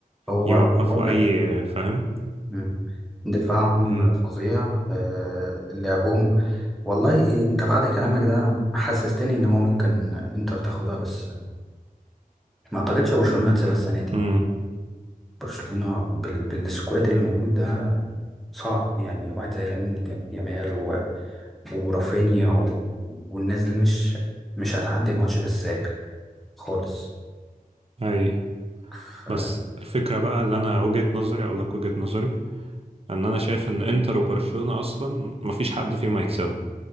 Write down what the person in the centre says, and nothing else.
هو
بقول لك
مم. دفاعهم
فظيع آه، لعبهم والله انت بعد كلامك ده حسستني ان هو ممكن انتر تاخدها بس ما اعتقدش برشلونة هتسيبها السنة دي
برشلونة بال... بالسكواد اللي موجود ده صعب يعني واحد زي لامين ج- يامال و... ورافينيا و... والناس دي مش مش هتعدي الماتش بالساهل خالص
ف...